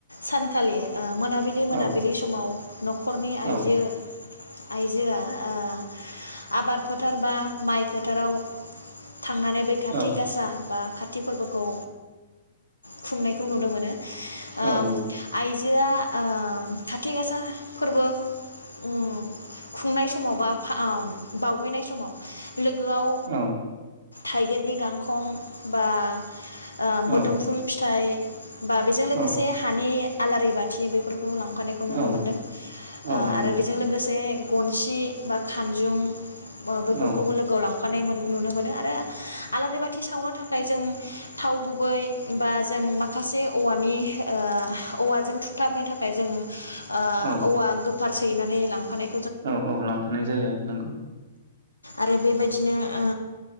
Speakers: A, on the left; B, on the right.
A: सानखालि ओ मोनाबिलि मोनाबिलि
B: औ
A: समाव नखरनि आइजो
B: औ
A: आइजोआ ओ आबाद फोथार बा माइ फोथाराव थांनानै बै खाथि
B: औ
A: गासा बा काति फोरबोखौ खुंनायखौ नुनो मोनो
B: औ
A: ओम
B: नंगौ
A: आइ जोंहा ओ खाथि गासा फोरबो ओम खुंनाय समाव बा ओ बावहैनाय समाव लोगोआव
B: औ
A: थाइगिरनि गांखं बा ओ मोदोमफुल
B: औ
A: फिथाइ बा बेजों लोगोसे
B: औ
A: हानि आलारि बाथि बैफोरखौ लांफानायखौ नुनो
B: औ
A: मोनदों
B: औ नंगौ
A: आरो बेजों लोगोसे गनसि बा खानजुं ओ बैफोरखौबो
B: औ
A: लोगो लांफा <unintelligible> नुनो मोनो आरो आलारि बाथि सावनो थाखाय जों थाव गुबै बा जों माखासे औवानि ओ औवाजों थुथाबनो थाखाय जों आ
B: औ
A: औवा फार सैनानै लांफानाय
B: औ औ लांफानाय जायो नंगौ।
A: आरो बेबायदिनो ओ